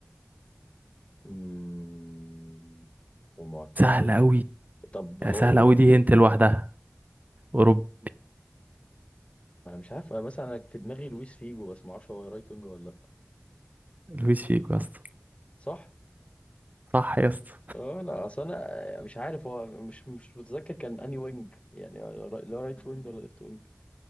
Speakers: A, on the left; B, on the right.
A: مم، ومعتزل
B: سهل أوي
A: طب هو
B: سهل
A: اوروبي
B: أوي دي هنت لوحدها أوروبي
A: انا مش عارف أنا مثلا انا في دماغي لويس فيجو بس ما اعرفش هو رايت وينج ولا لا
B: لويس فيجو يا اسطى
A: صح
B: صح يا اسطى
A: اه لا اصل انا آه، مش عارف هو مش مش متذكر كان اني وينج يعني اللي هو رايت وينج ولا ليفت وينج